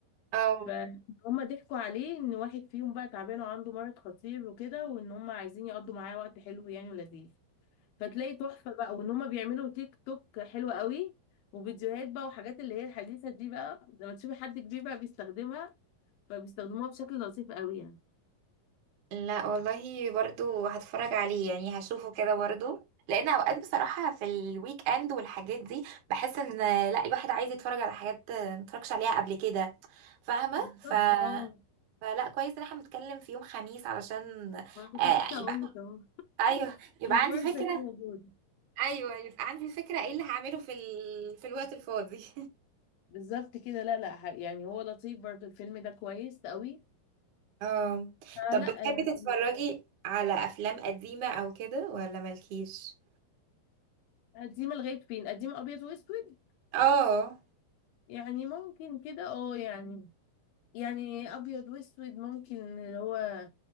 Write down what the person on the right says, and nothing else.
اه
لا والله برضو هتفرج عليه يعني هشوفه كده برضو لان اوقات بصراحة في الويك اند والحاجات دي بحس ان لا الواحد عايز يتفرج على حاجات ما اتفرجش عليها قبل كده فاهمة
ف
فلا كويس ان احنا بنتكلم في يوم خميس علشان
آه،
يبقى
ايوه يبقى
عندي فكرة
ايوه أيوة. يبقى عندي فكره ايه اللي هعمله في ال... في الوقت الفاضي
<laughs> اه
طب بتحبي
تتفرجي على افلام قديمة او كده ولا مالكيش
اه